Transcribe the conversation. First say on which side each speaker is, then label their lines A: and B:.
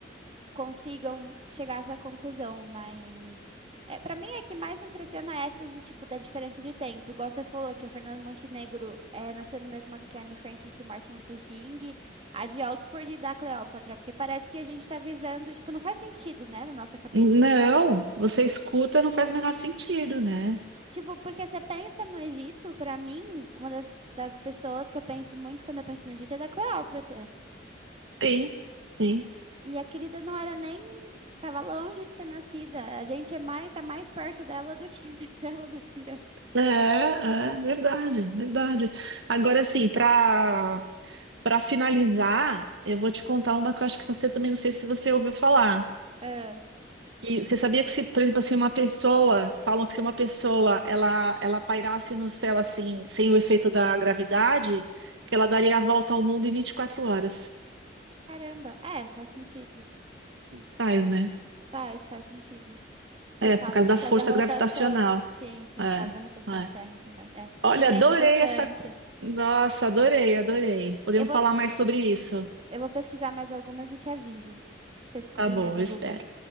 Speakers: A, on the right (about 30°); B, on the right (about 80°).
A: consigam chegar a essa conclusão, mas é, para mim é que mais impressiona essas de tipo da diferença de tempo. Igual você falou que a Fernanda Montenegro é, nasceu no mesmo ano que a Anne Frank e que o Martin Luther King, a de Oxford e da Cleópatra, porque parece que a gente tá vivendo, tipo, não faz sentido, né, na nossa cabeça.
B: Não, você escuta, não faz o menor sentido, né?
A: Tipo, porque você pensa no Egito, pra mim, uma das, das pessoas que eu penso muito quando eu penso no Egito é da Cleópatra.
B: Sim, sim.
A: E a querida não era nem Tava longe de ser nascida. A gente é mais, tá mais perto dela do que <laughs> ela das pirâmides.
B: É, é verdade, verdade. Agora, assim, para para finalizar, eu vou te contar uma que eu acho que você também não sei se você ouviu falar.
A: Ah,
B: Que você sabia que se, por exemplo, assim, uma pessoa, falam que se uma pessoa ela ela pairasse no céu assim, sem o efeito da gravidade, que ela daria a volta ao mundo em 24 horas.
A: caramba. É, faz sentido.
B: Sim. Faz, né?
A: Faz, faz sentido. Por
B: É,
A: causa,
B: por causa da
A: por
B: força
A: causa da rotação.
B: gravitacional.
A: Sim, sim,
B: É,
A: por causa da rotação
B: é.
A: da Terra e tudo mais. É,
B: Olha,
A: mas
B: adorei
A: é interessante.
B: essa. Nossa, adorei, adorei. Podemos
A: Eu vou,
B: falar mais sobre isso.
A: eu vou pesquisar mais algumas e te aviso se eu descobrir
B: Tá bom,
A: mais
B: eu
A: alguma.
B: espero.